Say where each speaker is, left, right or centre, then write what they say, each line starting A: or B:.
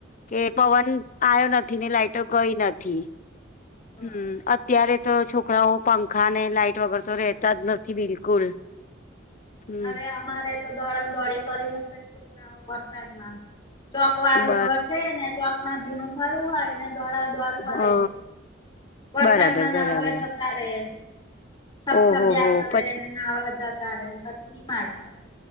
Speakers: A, on the left; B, on the left.
A: કે પવન આવ્યો નથી ને લાઈટો ગઈ નથી
B: બરાબર
A: હમ અત્યારે તો છોકરાઓ પંખા ને લાઈટ વગર તો રહેતા જ નથી બિલકુલ હમ
B: અરે અમારે તો દોડમ દોડી કરી મૂકે છોકરાઓ વરસાદમાં ચોક વાળું
A: બ
B: ઘર છે ને ચોકમાં ભીનું થયું હોય ને દોડા દોડ કરે
A: હ
B: વરસાદ
A: બરાબર
B: માં
A: બરાબર
B: નવા જ રે છપ
A: ઓહો
B: છબ્યા
A: હો
B: કરે
A: પછી
B: ને નાહવા જતા રે પછી બીમાર થાય